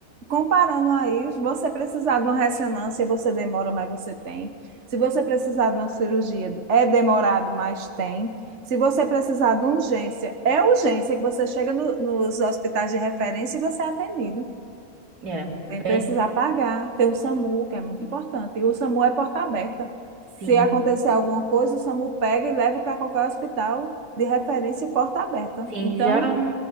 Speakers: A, on the right (about 50°); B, on the right (about 85°).
A: comparando a isso, você precisar de uma ressonância, você demora, mas você tem. Se você precisar de uma cirurgia, é demorado, mas tem. Se você precisar de urgência, é urgência que você chega no- nos hospitais de referência e você é atendido.
B: É, bem,
A: Tem precisar pagar. Tem o SAMU, que é muito importante. E o SAMU é porta aberta. Se
B: sim.
A: acontecer alguma coisa, o SAMU pega e leva para qualquer hospital de referência e porta aberta.
B: Sim,
A: Então,
B: já.